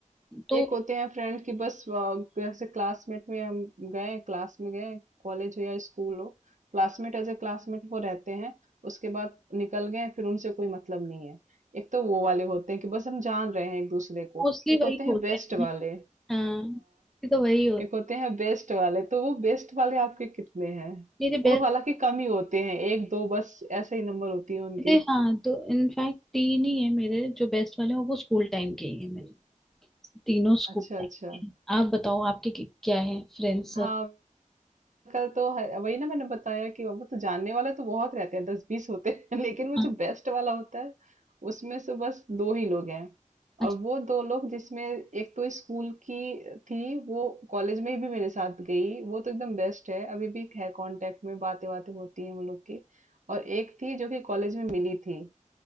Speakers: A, in the centre; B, on the right.
A: तो
B: एक होते हैं फ्रेंड की बस अ, जैसे क्लासमेट में हम गए क्लास में गए कॉलेज हो या स्कूल हो क्लासमेट एज ए क्लासमेट वो रहते हैं उसके बाद निकल गए फिर उनसे कोई मतलब नहीं है एक तो वो वाले होते हैं कि बस हम जान रहे हैं एक दूसरे को
A: मोस्टली
B: एक
A: वही
B: होते
A: होते
B: हैं बेस्ट
A: हैं
B: वाले
A: हाँ ये तो वही होते
B: एक होते
A: हैं
B: हैं बेस्ट वाले तो वो बेस्ट वाले आपके कितने हैं
A: मेरे
B: वो
A: बेस्ट
B: हालांकि कम ही होते हैं एक दो बस ऐसे ही नंबर होती है उनकी
A: मेरे हाँ तो इनफैक्ट तीन ही है मेरे जो बेस्ट वाले हैं वो स्कूल टाइम के ही है मेरे तीनों स्कूल
B: अच्छा
A: टाइम
B: अच्छा
A: के हैं आप बताओ आपके कि- क्या है फ्रेंड्स
B: हाँ कल तो है- वही ना मैंने बताया कि वो तो जानने वाले तो बहुत रहते हैं दस बीस होते हैं <laughs> लेकिन वो
A: हाँ
B: जो बेस्ट वाला होता है उसमें से बस दो ही लोग हैं
A: अच्छा
B: और वो दो लोग जिसमें एक तो स्कूल की थी वो कॉलेज में भी मेरे साथ गई वो तो एकदम बेस्ट है अभी भी है कांटेक्ट में बातें बातें होती हैं हम लोग की और एक थी जो कि कॉलेज में मिली थी